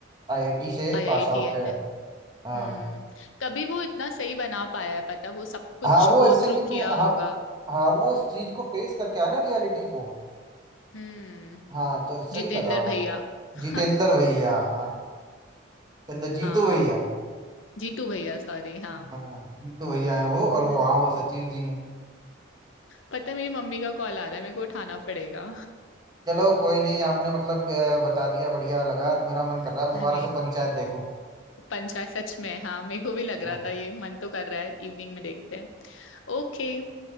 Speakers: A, on the right; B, on the left.
A: आईआईटी से
B: आईआईटीएन
A: पास आउट है
B: हम्म
A: हाँ
B: तभी वो इतना सही बना पाया है पता वो सब कुछ
A: हाँ वो
B: गो
A: एक्चुअली
B: थ्रू
A: में
B: किया
A: हाँ
B: होगा
A: हाँ वो उस चीज को फेस करके आया ना रियलिटी को
B: हम्म
A: हाँ तो सही
B: जितेंद्र
A: लगा वो
B: भैया <laughs>
A: जितेंद्र भैया हाँ जितेंद्र जीतू
B: हाँ
A: भैया
B: जीतू भैया सॉरी हाँ
A: हाँ जीतू भैया है वो और
B: हम्म
A: वो हाँ वो सचिव जी हैं
B: पता है मेरी मम्मी का कॉल आ रहा है मेरे को उठाना पड़ेगा
A: चलो कोई नहीं आपने मतलब अ, बता दिया बढ़िया लगा
B: <laughs>
A: मेरा मन कर रहा है अब दोबारा
B: नहीं
A: से पंचायत देखूं
B: पंचायत सच में हाँ मेरे को भी लग
A: हाँ
B: रहा था ये मन तो कर रहा है इवनिंग में देखते हैं ओके